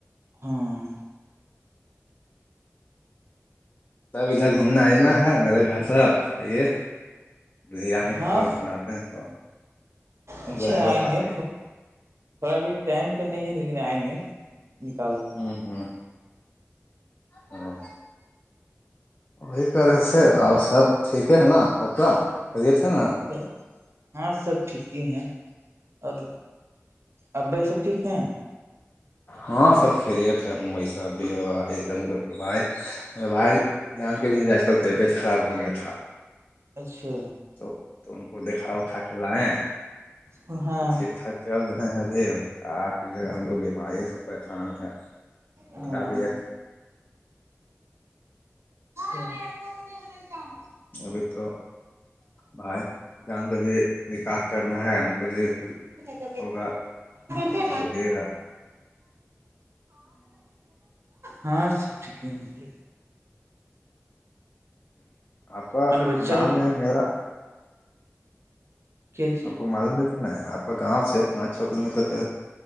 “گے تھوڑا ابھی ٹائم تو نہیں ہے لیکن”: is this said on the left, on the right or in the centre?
Right